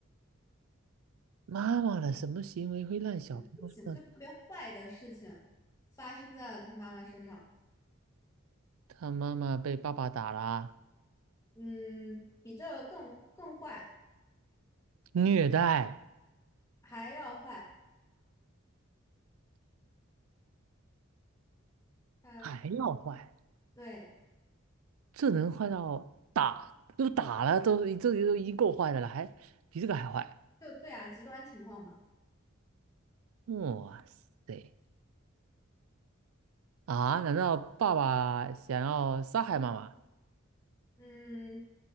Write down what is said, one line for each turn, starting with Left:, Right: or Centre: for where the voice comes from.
Right: 妈妈的什么行为会让小朋友说
Left: 不仅就特别坏的事情发生在了他妈妈身上，
Right: 他妈妈被爸爸打了、
Left: 嗯，比这个更更坏
Right: 虐待
Left: 还要坏，呃，
Right: 还要坏？
Left: 对，
Right: 这能坏到打都打了，都这都已经够坏的了，还比这个还坏。
Left: 就对啊，极端情况嘛。
Right: 哇塞啊！难道爸爸想要杀害妈妈？
Left: 嗯，